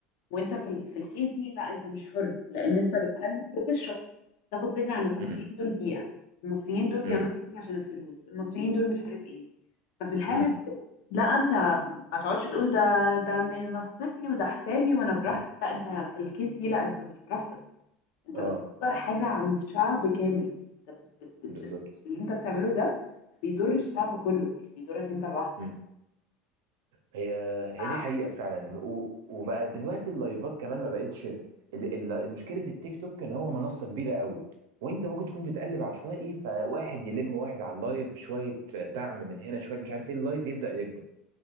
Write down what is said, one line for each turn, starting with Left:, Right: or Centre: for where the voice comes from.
Left: وانت في ال... في الكيس دي لا انت مش حر لان انت بتقدم فكره شر- تاخد فكره عن المصريين
Right: مم.
Left: دول بيئه المصريين دول بيعملوا
Right: مم.
Left: حاجه عشان الفلوس المصريين دول مش عارف ايه ففي الحاله
Right: مم.
Left: لا انت ما تقعدش تقول ده ده منصتي وده حسابي وانا براحتي
Right: مم.
Left: لا انت في الكيس دي لا انت مش براحتك انت
Right: اه
Left: بتصدر حاجة عن شعب كامل انت بت... بت...
Right: بالظبط
Left: اللي انت بتعمله ده بيضر الشعب كله مش بيضرك انت لوحدك
Right: مم. هي هي
Left: ف-
Right: دي حقيقة فعلا و- وبقى دلوقتي اللايفات كمان ما بقتش ال- ال- مشكلة التيك توك ان هو منصة كبيرة قوي وانت ممكن تكون بتقلب عشوائي فواحد يلم واحد على اللايف شوية دعم من هنا شوية مش عارف ايه اللايف يبدأ يكبر